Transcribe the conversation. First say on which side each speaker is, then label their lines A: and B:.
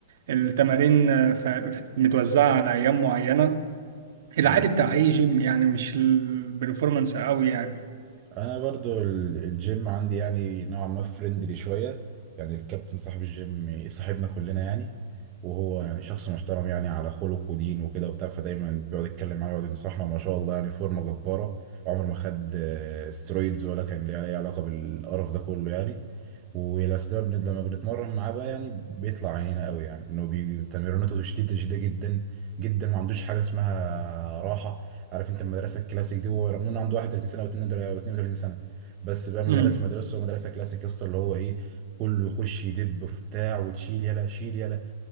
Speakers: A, on the right (about 55°); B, on the right (about 25°).
A: التمارين آه، ف- متوزعة على ايام معينة
B: مم.
A: العادي بتاع اي جيم يعني مش البرفورمانس قوي يعني
B: انا برضو ال- الجيم عندي يعني نوعا ما فريندلي شويه يعني الكابتن صاحب الجيم صاحبنا كلنا يعني وهو يعني شخص محترم يعني على خلق ودين وكده وبتاع فدايما بيقعد يتكلم معايا ويقعد ينصحنا ما شاء الله يعني فورمه جباره وعمره ما خد آه، سترويدز ولا كان ليه اي علاقه بالقرف ده كله يعني ولما بن- لما بنتمرن معاه بقى يعني بيطلع عينينا قوي يعني انه بي- تمريناته شديده شديده جدا جدا ما عندوش حاجه اسمها راحه عارف انت المدرسه الكلاسيك دي هو رغم انه عنده 31 سنه او 32 سنه بس بقى مدرسه
A: امم
B: مدرسه ومدرسه كلاسيك يا اسطى اللي هو ايه كله يخش يدب في بتاع وتشيل يلا شيل يلا